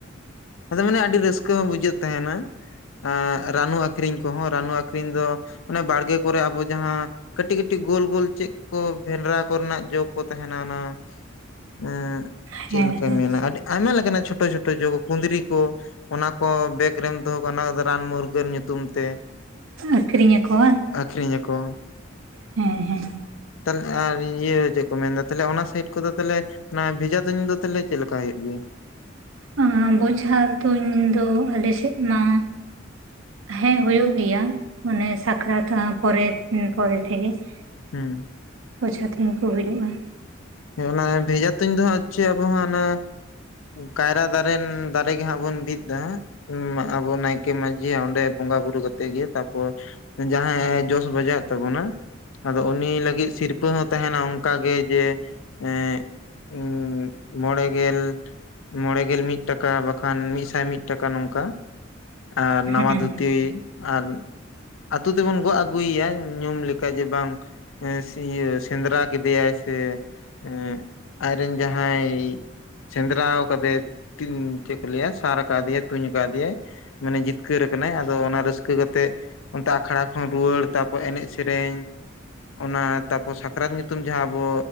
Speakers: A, on the left; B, on the right.
A: ᱟᱫᱚ ᱢᱟᱱᱮ ᱟᱹᱰᱤ ᱨᱟᱹᱥᱠᱟᱹ ᱦᱚᱸ ᱵᱩᱡᱷᱟᱹᱜ ᱛᱟᱦᱮᱱᱟ᱾ ᱟᱸ ᱨᱟᱱᱩ ᱟᱹᱠᱷᱨᱤᱧ ᱠᱚᱦᱚᱸ᱾ ᱨᱟᱱᱩ ᱟᱹᱠᱷᱨᱤᱧ ᱫᱚ ᱚᱱᱮ ᱵᱟᱲᱜᱮ ᱠᱚᱨᱮ ᱟᱵᱚ ᱡᱟᱦᱟᱸ ᱠᱟᱹᱴᱤᱡ ᱠᱟᱹᱴᱤᱡ ᱜᱳᱞ ᱜᱳᱞ ᱪᱮᱫ ᱠᱚ ᱵᱷᱮᱱᱰᱨᱟ ᱠᱚᱨᱮᱱᱟᱜ ᱡᱚ ᱠᱚ ᱛᱟᱦᱮᱱᱟ ᱚᱱᱟ ᱮᱸ
B: ᱦᱮᱸ
A: ᱪᱮᱫᱞᱟᱧ
B: ᱦᱮᱸ
A: ᱢᱮᱱᱟ ᱟᱹᱰᱤ ᱟᱭᱢᱟ ᱞᱮᱠᱟᱱᱟᱜ ᱪᱷᱳᱴᱳ ᱪᱷᱳᱴᱳ ᱡᱚ᱾ ᱠᱩᱸᱫᱽᱨᱤ ᱠᱚ, ᱚᱱᱟ ᱠᱚ ᱵᱮᱜᱽ ᱨᱮᱢ ᱫᱚᱦᱚ ᱠᱟ-ᱟ᱾ ᱚᱱᱟ ᱠᱚᱫᱚ ᱨᱟᱱ ᱢᱩᱨᱜᱟᱹᱱ ᱧᱩᱛᱩᱢ ᱛᱮ᱾
B: ᱟᱹᱠᱷᱨᱤᱧ ᱟᱠᱚ ᱵᱟᱝ
A: ᱟᱠᱷᱨᱤᱧ ᱟᱠᱚ᱾
B: ᱦᱮᱸ ᱦᱮᱸ
A: ᱛᱟᱞᱦᱮ ᱟᱨ ᱤᱭᱟᱹ ᱪᱮᱫ ᱠᱚ ᱢᱮᱱᱫᱟ ᱛᱟᱦᱮ ᱚᱱᱟ ᱥᱟᱭᱤᱰ ᱠᱚᱫᱚ ᱛᱟᱦᱚᱞᱮ ᱚᱱᱟ ᱵᱷᱮᱡᱟ ᱛᱩᱧ ᱫᱚ ᱛᱟᱦᱚᱞᱮ ᱪᱮᱫ ᱞᱮᱠᱟ ᱦᱩᱭᱩᱜ ᱜᱮᱭᱟ?
B: ᱟᱸ ᱵᱚᱡᱷᱟ ᱛᱩᱧ ᱫᱚ ᱟᱞ ᱥᱮᱫ ᱢᱟ ᱦᱮᱸ ᱦᱩᱭᱩᱜ ᱜᱮᱭᱟ, ᱢᱟᱱᱮ ᱥᱟᱠᱨᱟᱛ ᱯᱚᱨᱮ ᱩᱸ ᱯᱚᱨᱮ ᱛᱮᱜᱮ
A: ᱦᱩᱸ
B: <inaudible> ᱵᱚᱡᱷᱟ ᱛᱩᱧ ᱠᱚ ᱦᱩᱭᱩᱜ-ᱟ ᱾
A: ᱚᱱᱟ ᱵᱷᱮᱡᱟ ᱛᱩᱧ ᱫᱚ ᱦᱟᱸᱜ ᱪᱮ ᱟᱵᱚ ᱦᱟᱸᱜ ᱚᱱᱟ ᱠᱟᱭᱨᱟ ᱫᱟᱨᱮ ᱫᱟᱨᱮᱜᱮ ᱦᱟᱸᱜ ᱵᱚᱱ ᱵᱤᱫ ᱮᱫᱟ ᱾ ᱩᱸ ᱟᱵᱚ ᱱᱟᱭᱠᱮ ᱢᱟᱺᱡᱷᱟᱜ ᱚᱸᱰᱮ ᱵᱚᱸᱜᱟ ᱵᱩᱨᱩ ᱠᱟᱛᱮᱜ ᱜᱮ, ᱛᱟᱯᱚᱨ ᱡᱟᱦᱟᱸ ᱟᱭ ᱡᱚᱥ ᱵᱟᱡᱟᱣᱮᱜ ᱛᱟᱵᱚᱱᱟ ᱟᱫᱚ ᱩᱱᱤ ᱞᱟᱹᱜᱤᱫ ᱥᱤᱨᱯᱟᱹ ᱦᱚᱸ ᱛᱟᱦᱮᱱᱟ ᱚᱱᱠᱟ ᱜᱮ ᱡᱮ ᱮᱸ ᱩᱸ ᱢᱚᱬᱮ ᱜᱮᱞ ᱢᱚᱬᱮ ᱜᱮᱞ ᱢᱤᱫ ᱴᱟᱠᱟ, ᱵᱟᱠᱷᱟᱱ ᱢᱤᱫᱥᱟᱭ ᱢᱤᱫ ᱴᱟᱠᱟ ᱱᱚᱝᱠᱟ ᱾ ᱟᱨ ᱱᱟᱣᱟ
B: ᱦᱮᱸ
A: ᱫᱷᱩᱛᱤ ᱟᱨ ᱟᱛᱩ ᱛᱮᱵᱚᱱ ᱜᱚᱜ ᱟᱹᱜᱩᱭᱮᱭᱟ ᱧᱩᱢ ᱞᱮᱠᱟ ᱡᱮ ᱵᱟᱝ ᱦᱮᱸᱥᱤᱭᱟᱹ ᱥᱮᱸᱫᱽᱨᱟ ᱠᱮᱫᱮᱭᱟᱭ ᱥᱮ ᱮᱸ ᱟᱡᱨᱮᱱ ᱡᱟᱦᱟᱸᱭ ᱥᱮᱸᱫᱽᱨᱟᱣ ᱠᱟᱫᱮ ᱛᱤᱝ ᱪᱮᱫ ᱠᱚ ᱞᱟᱹᱭᱟ ᱥᱟᱨ ᱟᱠᱟᱫᱮᱭᱟᱭ ᱛᱩᱧ ᱟᱠᱟᱫᱮᱭᱟᱭ ᱾ ᱢᱟᱱᱮ ᱡᱤᱛᱠᱟᱹᱨ ᱟᱠᱟᱱᱟᱭ ᱟᱫᱚ ᱚᱱᱟ ᱨᱟᱹᱥᱠᱟᱹ ᱠᱟᱛᱮᱫ ᱚᱱᱛᱮ ᱟᱠᱷᱲᱟ ᱠᱷᱚᱱ ᱨᱩᱣᱟᱹᱲ ᱛᱟᱯᱚᱨ ᱮᱱᱮᱡ ᱥᱮᱨᱮᱧ ᱚᱱᱟ ᱛᱟᱯᱚᱨ ᱥᱟᱠᱨᱟᱛ ᱧᱩᱛᱩᱢ ᱡᱟᱦᱟᱸ ᱟᱵᱚ